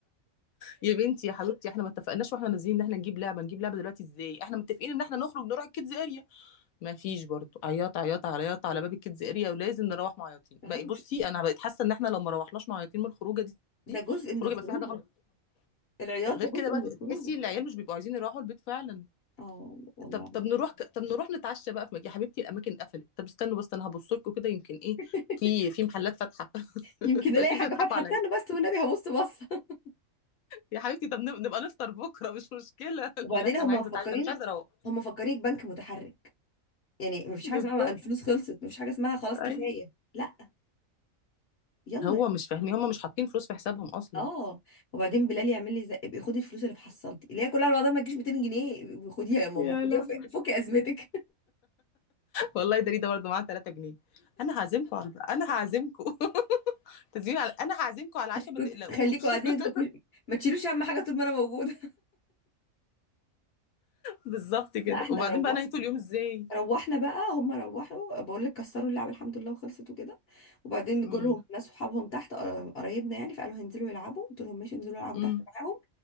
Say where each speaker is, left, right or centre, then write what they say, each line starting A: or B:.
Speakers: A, on the left; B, on the left.
A: يا بنتي يا حبيبتي احنا ما اتفقناش واحنا نازلين ان احنا نجيب لعبه نجيب لعبه دلوقتي ازاي احنا متفقين ان احنا نخرج نروح الكيدز اريا ما فيش برضو عياط عياط عياط على باب الكيدز اريا ولازم نروح معيطين
B: اه
A: بقى
B: مش
A: بصي انا بقيت حاسه ان احنا لو ما روحناش معيطين من الخروجه دي
B: ده جزء
A: الخروجه
B: من الخروجه
A: يبقى في حاجه غلط
B: العياط
A: غير
B: ده جزء
A: كده بقى
B: من الخروجه
A: تحسي ان العيال مش بيبقوا عايزين يروحوا البيت فعلا
B: اه والله
A: طب
B: العظيم
A: طب نروح ك... طب نروح نتعشى بقى في مكان يا حبيبتي الاماكن قفلت طب استنوا بس انا هبص لكم كده يمكن ايه
B: <laughs>
A: في في محلات فاتحه <laughs>
B: يمكن
A: انتوا
B: الاقي
A: اكيد
B: حاجه
A: بتضحكوا
B: فاتحه
A: عليا
B: استنى بس والنبي هبص بص <laughs>
A: يا حبيبتي طب نب- نبقى نفطر بكره مش مشكله <laughs>
B: وبعدين
A: لا
B: هم
A: انا
B: مفكرينك
A: عايزه اتعشى انا مش عايزه اروح
B: هم مفكرينك بنك متحرك يعني مفيش
A: بالظبط
B: حاجه اسمها الفلوس خلصت مفيش حاجه اسمها خلاص كفايه
A: ايوه
B: لا يلا
A: هو مش فاهمين هم مش حاطين فلوس في حسابهم اصلا
B: اه وبعدين بلال يعمل لي زق ابقي خدي الفلوس اللي في حصلتي اللي هي كلها الوضع ما تجيش 200 جنيه ابقي خديها يا ماما
A: يا
B: خديها
A: لا
B: وف- فكي ازمتك
A: والله ده ده برضه معاه 3 جنيه انا هعزمكم على انا هعزمكم <laughs> تزيين على انا هعزمكم على العشاء
B: <laughs>
A: ما
B: كنت-
A: تقلقوش
B: خليكوا قاعدين
A: <laughs>
B: انتوا ما تكونوش- ما تشيلوش اهم حاجه طول ما انا موجوده
A: بالظبط
B: <laughs>
A: كده
B: لا احنا
A: وبعدين
B: روقنا
A: بقى نهيتوا اليوم ازاي
B: روحنا بقى هم روحوا بقول لك كسروا اللعبه الحمد لله وخلصت وكده وبعدين
A: امم
B: جولهم ناس صحابهم تحت قر- قرايبنا يعني فقالوا هينزلوا يلعبوا قلت لهم ماشي انزلوا العبوا
A: امم
B: تحت معاهم